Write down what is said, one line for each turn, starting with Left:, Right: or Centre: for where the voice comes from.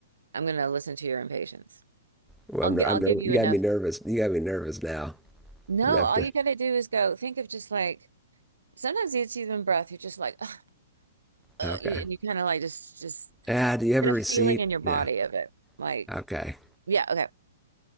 Right: I'm gonna listen to your impatience.
Centre: Well,
Right: I'll
Centre: I'm, ner-
Right: gi-
Centre: I'm
Right: I'll
Centre: ner-
Right: give you
Centre: you got
Right: enough.
Centre: me nervous. You got me nervous now.
Right: No,
Centre: I'm gonna have
Right: all
Centre: to.
Right: you gotta do is go think of just like sometimes it's even breath. You're just like, "Ugh, uh,"
Centre: Okay.
Right: you- and you kind of like just just
Centre: Ah, do you have
Right: get
Centre: a receipt?
Right: a feeling in your body
Centre: Yeah.
Right: of it. Like,
Centre: Okay.
Right: yeah, okay.